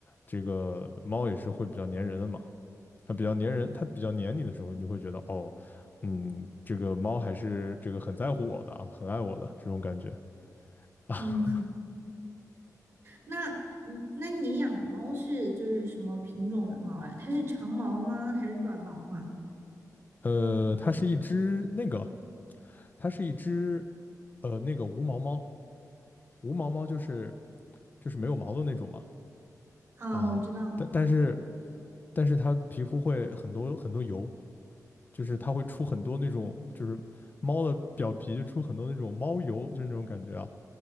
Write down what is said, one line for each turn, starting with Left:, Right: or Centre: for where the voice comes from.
Left: 这个猫也是会比较粘人的嘛。它比较粘人，它比较粘你的时候，你就会觉得哦，嗯，这个猫还是这个很在乎我的啊，很爱我的这种感觉啊。
Right: 嗯。那你那你养的猫是就是什么品种的猫呀？它是长毛吗？还是短毛啊？
Left: <laughs> 呃，它是一只那个，它是一只呃那个无毛猫，无毛猫就是就是没有毛的那种嘛
Right: 啊，
Left: 啊，
Right: 我知道。
Left: 但但是但是它皮肤会很多很多油，就是它会出很多那种就是猫的表皮就出很多那种猫油，就是那种感觉啊。